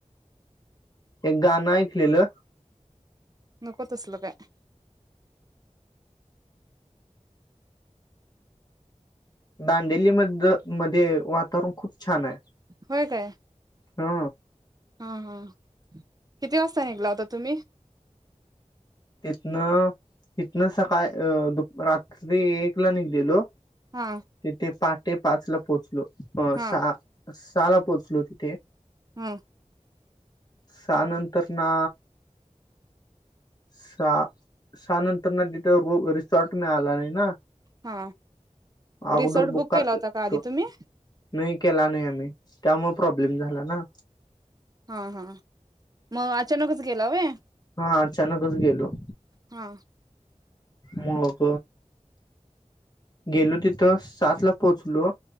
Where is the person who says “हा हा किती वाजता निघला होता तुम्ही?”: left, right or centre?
Right